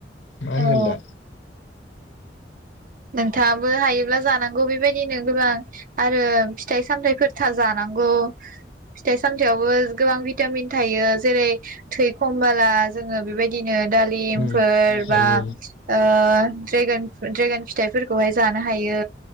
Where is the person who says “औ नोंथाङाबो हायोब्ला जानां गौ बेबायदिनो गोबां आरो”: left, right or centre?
Right